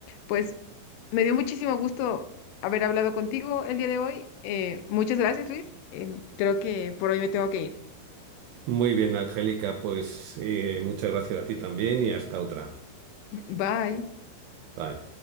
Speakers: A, on the left; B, on the right.
A: Pues me dio muchísimo gusto haber hablado contigo el día de hoy. Eh, muchas gracias, Luis. Em, creo que por hoy me tengo que ir.
B: Muy bien, Angélica, pues eh, muchas gracias a ti también y hasta otra.
A: <laughs> Bye.
B: Bye.